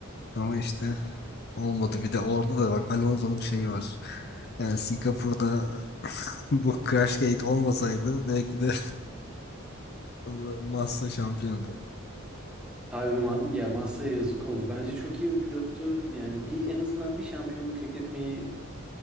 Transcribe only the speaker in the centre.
Abi ma- ya masaya yazık oldu. Bence çok iyi bir pilottu. Yani bir en azından bir şampiyonluk hak etmeyi